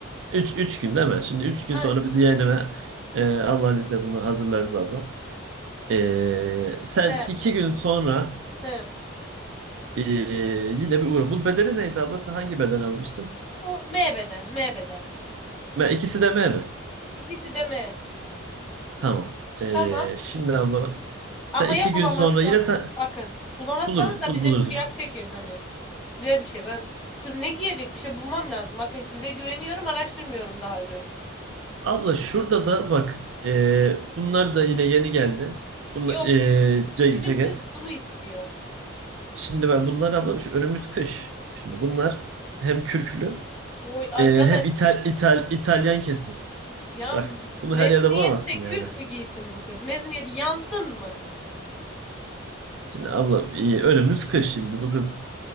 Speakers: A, on the right (about 70°); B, in the centre.
A: Üç, üç gün değil mi? Şimdi üç gün
B: An
A: sonra biz yeğenime e, Allah'ın izniyle bunu hazırlarız abla. E, sen
B: he
A: iki gün sonra
B: he.
A: e, yine bir uğra. Bu bedeli neydi abla? Sen hangi beden almıştın?
B: Bu M beden, M beden.
A: Me, ikisi de M mi?
B: İkisi de M.
A: Tamam. E,
B: Tamam.
A: şimdi abla sen
B: Ama
A: iki
B: ya bulamazsanız?
A: gün sonra yine sen
B: Bakın. Bulamazsanız
A: buluruz
B: da
A: bul,
B: bize
A: buluruz.
B: bir kıyak çekin hani. Güzel bir şey. Ben kız ne giyecek? Bir şey bulmam lazım. Bakın size güveniyorum, araştırmıyorum daha ürün.
A: Abla şurada da bak e, bunlar da yine yeni geldi. Bunlar,
B: Yok,
A: e, ce-
B: bizim
A: ceket.
B: kız bunu istiyor.
A: Şimdi ben bunlar abla şu önümüz kış. Şimdi bunlar hem kürklü
B: Oy arkadaş
A: e, hem İtal, İtal, İtalyan kesim.
B: ya
A: Bak bunu
B: mezuniyette
A: her yerde bulamazsın yani.
B: kürk mü giysin bu kız? Mezuniyet yansın mı?
A: Şimdi abla e, önümüz kış şimdi bu kız